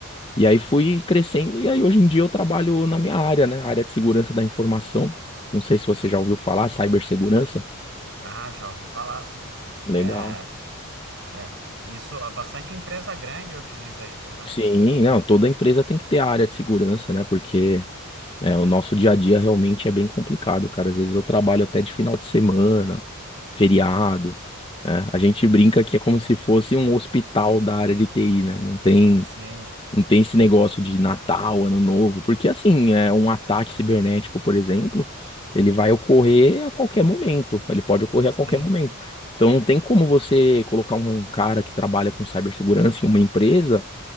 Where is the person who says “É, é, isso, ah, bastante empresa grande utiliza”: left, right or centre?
Right